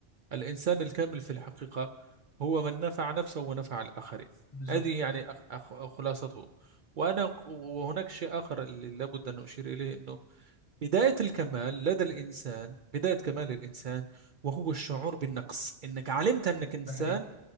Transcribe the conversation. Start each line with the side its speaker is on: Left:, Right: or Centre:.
Right: الإنسان الكامل في الحقيقة هو من نفع نفسه ونفع الآخرين
Left: بالظبط
Right: هذه يعني أخ- أخ- خلاصته وأنا وهناك شيء آخر اللي لابد أن أشير إليه أنه بداية الكمال لدى الإنسان بداية كمال الإنسان وهو الشعور بالنقص إنك علمت أنك إنسان
Left: ده حقيقي